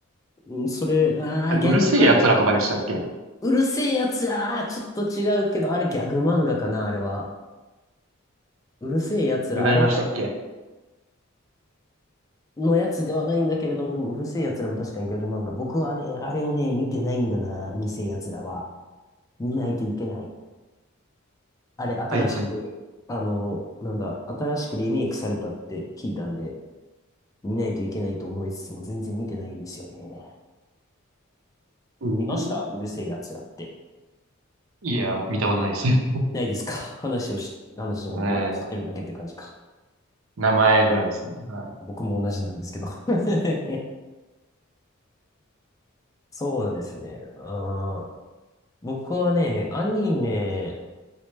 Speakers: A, on the left (about 15°); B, on the right (about 70°).
A: うんそれ、ああ、
B: あれ、
A: ギャグ漫画、
B: うるせえ奴らとかでしたっけ
A: うるせえやつら、あーちょっと違うけど、あれギャグ漫画かな、あれは。うるせえやつら、
B: 違いましたっけ
A: あれはのやつではないんだけれども、でもうるせえ奴らも確かにギャグ漫画。僕はね、あれをね、見てないんだな、うるせえ奴らは。見ないといけない。あれ、新しく、
B: はいはい。
A: あの、なんだ、新しくリメイクされたって聞いたんで、見ないといけないと思いつつも全然見てないんですよね。
B: うん。
A: 見ましたうるせえ奴らって。
B: いや、見たことないです。<laughs> え
A: ないですか <laughs> 話をし、話じゃない、
B: え、
A: 名前知ってるだけって感じか。
B: 名前ぐらいですね。はい。
A: 僕も同じなんですけど。<laughs> そうですね。あー僕はね、アニメ、